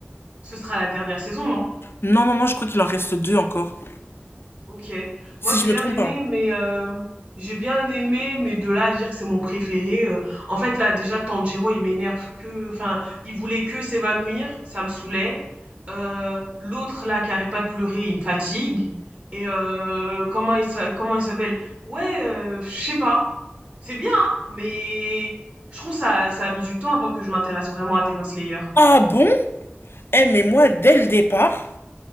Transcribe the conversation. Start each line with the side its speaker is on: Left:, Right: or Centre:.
Right: ce sera la dernière saison, non?
Left: non non non je crois qu'il en reste deux encore
Right: Ok.
Left: si
Right: Moi, j'ai
Left: je
Right: bien
Left: me trompe
Right: aimé,
Left: pas
Right: mais euh, j'ai bien aimé, mais de là à dire que c'est mon préféré. euh, en fait, là, déjà, Tanjiro, il m'énerve que, enfin, il voulait que s'évanouir, ça me saoulait. Euh, l'autre là qui arrête pas de pleurer, il me fatigue. Et euh, comment il s'a- comment il s'appelle? Ouais, euh, je sais pas. C'est bien, hein, mais je trouve ça ça a mis du temps avant que je m'intéresse vraiment à Demon Slayer.
Left: ah bon Eh mais moi, dès le départ,